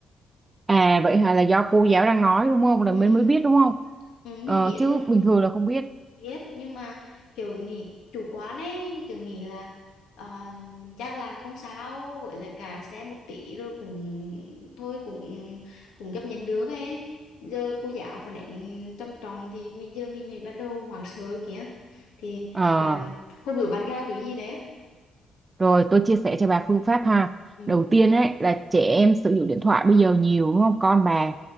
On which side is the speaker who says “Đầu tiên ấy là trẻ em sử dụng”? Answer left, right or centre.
Right